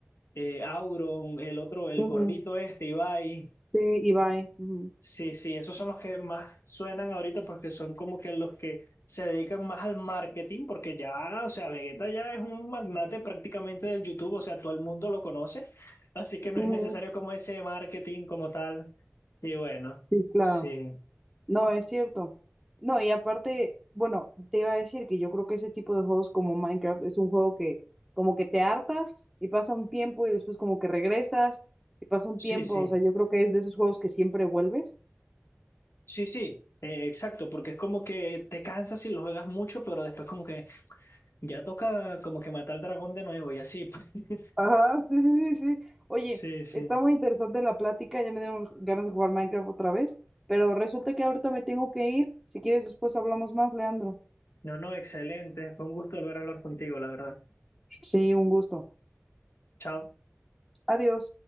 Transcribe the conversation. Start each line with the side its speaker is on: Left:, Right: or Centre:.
Left: eh, Auron, el otro, el
Centre: ujú,
Left: gordito este, Ibai,
Centre: Sí, y bye. ujú,
Left: Sí, sí, esos son los que más suenan ahorita porque son como que los que se dedican más al marketing, porque ya, o sea, Vegeta ya es un magnate prácticamente del YouTube, o sea, todo el mundo lo conoce, así que no
Centre: ujú,
Left: es necesario como ese marketing como tal. Y bueno,
Centre: Sí, claro.
Left: sí,
Centre: No, es cierto. No, y aparte, bueno, te iba a decir que yo creo que ese tipo de juegos como Minecraft es un juego que como que te hartas y pasa un tiempo y después como que regresas y pasa un
Left: sí,
Centre: tiempo,
Left: sí,
Centre: o sea, yo creo que es de esos juegos que siempre vuelves.
Left: sí, sí, eh, exacto, porque es como que te cansas si lo juegas mucho, pero después como que ya toca como que matar al dragón de nuevo y así. <laughs>
Centre: Ajá, sí, sí, sí, sí. Oye,
Left: Sí, sí.
Centre: está muy interesante la plática, ya me dieron ganas de jugar Minecraft otra vez, pero resulta que ahorita me tengo que ir. Si quieres, después hablamos más, Leandro.
Left: No, no, excelente. Fue un gusto volver a hablar contigo, la verdad.
Centre: Sí, un gusto.
Left: Chao.
Centre: Adiós.